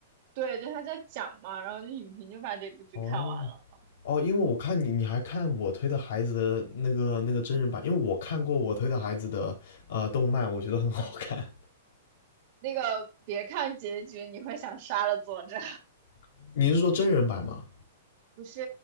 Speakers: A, on the right; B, on the left.
A: 对，就他在讲嘛，然后就影评就把这部剧看完了。
B: 哦哦，因为我看你你还看我推的孩子的那个那个真人版，因为我看过我推的孩子的呃动漫，我觉得很好看。
A: 那个别看结局，你会想杀了作者。
B: <laughs> 你是说真人版吗？
A: 不是